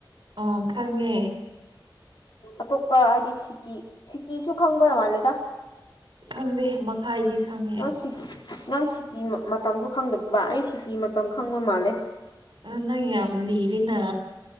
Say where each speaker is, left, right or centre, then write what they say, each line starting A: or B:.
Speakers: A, on the right; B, on the left.
A: ꯑꯥ ꯈꯪꯉꯦ
B: ꯑꯇꯣꯞꯄ ꯍꯥꯏꯗꯤ ꯁꯤꯀꯤ ꯁꯤꯀꯤꯁꯨ ꯈꯪꯕ ꯃꯥꯜꯂꯦꯗ
A: ꯈꯪꯗꯦ ꯃꯈ ꯈꯥꯏꯗꯤ ꯈꯥꯡꯉꯦ
B: ꯅꯪ ꯁꯤ ꯅꯪ ꯁꯤꯀꯤ ꯃꯇꯝꯁꯨ ꯈꯪꯗꯕ ꯑꯩ ꯁꯤꯀꯤ ꯃꯇꯝ ꯈꯪꯕ ꯃꯥꯜꯂꯦ
A: ꯑ ꯅꯪ ꯌꯥꯝ ꯂꯤꯔꯦꯅ